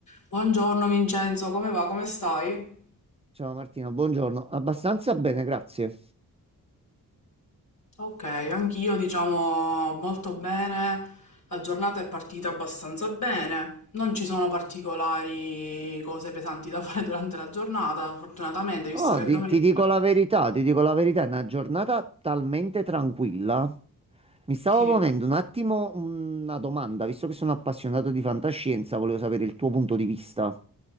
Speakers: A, on the left; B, on the right.
A: Buongiorno Vincenzo, come va? Come stai?
B: Ciao Martino, buongiorno. Abbastanza bene, grazie.
A: Ok, anch'io diciamo molto bene, la giornata è partita abbastanza bene, non ci sono particolari cose pesanti da <laughs> fare durante la giornata, fortunatamente, visto
B: Oh,
A: che
B: di-
A: è domenica.
B: ti dico la verità, ti dico la verità, è una giornata talmente tranquilla. Mi stavo
A: Sì,
B: ponendo un attimo una domanda, visto che sono appassionato di fantascienza, volevo sapere il tuo punto di vista.